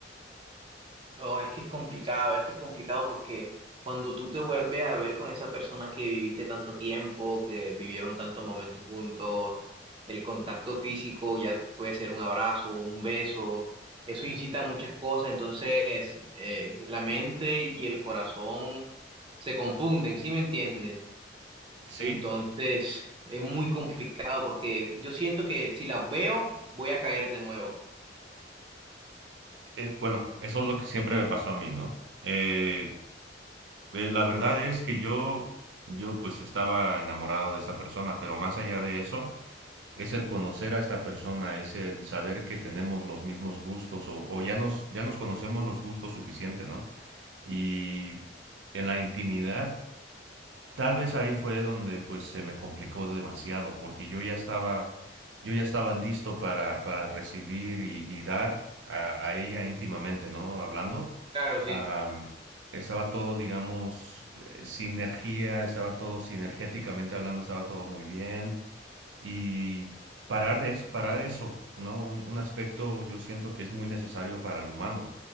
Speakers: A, on the right (about 30°); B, on the right (about 85°).
A: No, es que es complicado, es que es complicado porque cuando tú te vuelves a ver con esa persona que viviste tanto tiempo, que vivieron tantos momentos juntos, el contacto físico ya puede ser un abrazo, un beso, eso incita a muchas cosas, entonces eh, la mente y el corazón se confunden, ¿sí me entiendes?
B: Sí,
A: Entonces es muy complicado porque yo siento que si las veo voy a caer de nuevo.
B: eh, bueno, eso es lo que siempre me pasó a mí, ¿no? Eh, eh, la verdad es que yo, yo pues estaba enamorado de esta persona, pero más allá de eso, es el conocer a esta persona, es el saber que tenemos los mismos gustos o, o ya nos, ya nos conocemos los gustos suficiente, ¿no? Y en la intimidad, tal vez ahí fue donde pues se me complicó demasiado, porque yo ya estaba, yo ya estaba listo para, para recibir y, y dar a, a ella íntimamente, ¿no? Hablando.
A: Claro, sí.
B: Am, estaba todo, digamos, eh, sinergia, estaba todo sinergéticamente hablando, estaba todo muy bien. Y parar, es, parar eso, una- un, un aspecto yo siento que es muy necesario para el humano.